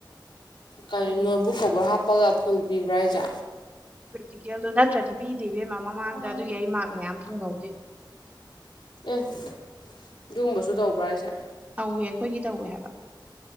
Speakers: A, on the left; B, on the right.
A: ꯀꯩꯅꯣ
B: ꯍꯥꯏꯗꯤ
A: ꯅꯣꯠꯕꯨꯛ ꯀꯣꯕꯔ ꯍꯥꯞꯄꯒ ꯐꯨꯜ ꯄꯤꯕ꯭ꯔꯥ ꯍꯥꯏꯁꯦ
B: ꯄ꯭ꯔꯦꯛꯇꯤꯀꯦꯜꯗꯣ ꯅꯠꯇ꯭ꯔꯗꯤ ꯄꯤꯗꯦ ꯏꯕꯦꯝꯃ ꯃꯃꯥꯡꯗ ꯑꯗꯨꯒꯤ ꯑꯩ ꯃꯥꯔꯛ ꯃꯌꯥꯝ ꯐꯪꯍꯧꯗꯦ
A: ꯑꯦ ꯑꯗꯨꯒꯨꯝꯕꯁꯨ ꯇꯧꯕ꯭ꯔꯥ ꯑꯩꯁꯦ
B: ꯇꯧꯋꯦ ꯑꯩꯈꯣꯏꯒꯤ ꯇꯧꯋꯦ ꯍꯥꯏꯕ